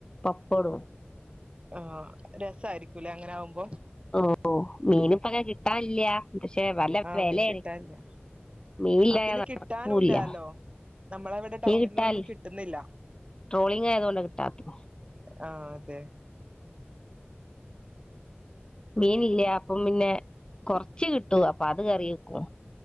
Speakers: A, on the left; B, on the right.
A: പപ്പടവും
B: ആ രസായിരിക്കുംലേ അങ്ങനെ ആകുമ്പോൾ
A: ഒ ഓ മീന് ഇപ്പോങ്ങനെ കിട്ടാല്ല്യ പക്ഷെ നല്ല
B: ആഹ്
A: വെലെണ്
B: മീൻ കിട്ടാനില്ല
A: മീനില്ലാതെ
B: ആ പിന്നെ കിട്ടാനുംല്ലാലോ
A: ഇറങ്ങൂല്ല
B: നമ്മളവിടെ ടൗണിൽന്നൊന്നും
A: മീൻ കിട്ടാല്ല്യ
B: കിട്ടുന്നില്ല
A: ട്രോളിംഗ് ആയതോണ്ടാ കിട്ടാത്ത്
B: ആഹ് അതെ
A: മീനില്ലാ അപ്പൊ പിന്നെ കൊറച്ച് കിട്ടും അപ്പോ അത് കറിവെക്കും